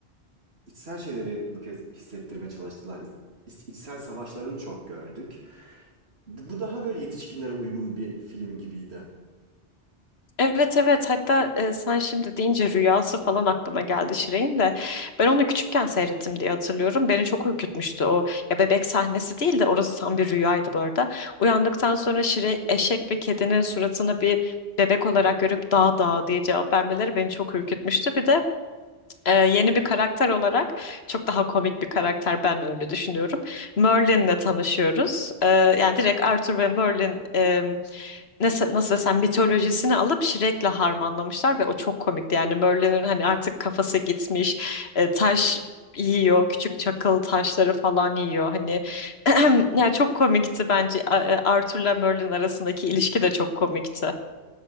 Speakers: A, on the right; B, on the left.
A: içsel şeyleri bu kez hissettirmeye çalıştılar. İç- içsel savaşlarını çok gördük. Bu bu daha böyle yetişkinlere uygun bir film gibiydi.
B: Evet evet hatta e, sen şimdi deyince rüyası falan aklıma geldi Şirin de ben onu küçükken seyrettim diye hatırlıyorum. Beni çok ürkütmüştü o ya bebek sahnesi değil de orası tam bir rüyaydı bu arada. Uyandıktan sonra Şirin eşek ve kedinin suratını bir bebek olarak görüp dağ dağ diye cevap vermeleri beni çok ürkütmüştü. Bir de e, yeni bir karakter olarak çok daha komik bir karakter ben öyle düşünüyorum. Merlin'le tanışıyoruz. E, yani direkt Arthur ve Merlin e, nasıl, nasıl desem mitolojisini alıp Shrek'le harmanlamışlar ve o çok komikti. Yani Merlin'in hani artık kafası gitmiş, e, taş yiyor, küçük çakıl taşları falan yiyor. Hani <clears throat> yani çok komikti bence. A- e, Arthur'la Merlin arasındaki ilişki de çok komikti.